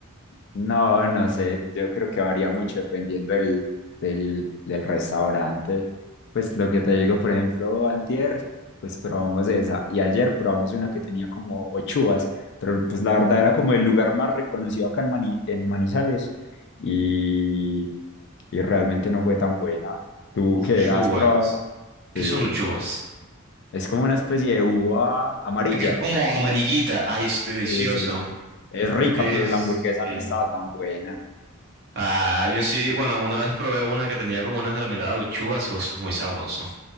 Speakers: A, on the left; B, on the right.
A: No, no sé, yo creo que varía mucho dependiendo del, del, del restaurante. Pues lo que te digo, por ejemplo, antier, pues probamos esa y ayer probamos una que tenía como ochuas, pero pues la verdad era como el lugar más reconocido acá en, Mani- en Manizales y, y realmente no fue tan buena. ¿Tú
B: Uchuvas.
A: qué has probado?
B: ¿Qué
A: Sí,
B: son uchuvas?
A: es como una especie de uva amarilla.
B: Este que es como amarillita. Ay, es delicioso.
A: Sí, sí, sí. Es rica,
B: Es.
A: pero la hamburguesa
B: sí.
A: no estaba tan buena.
B: Ah, yo sí, bueno, una vez probé una que tenía como una mermelada de uchuvas, eso es muy sabroso.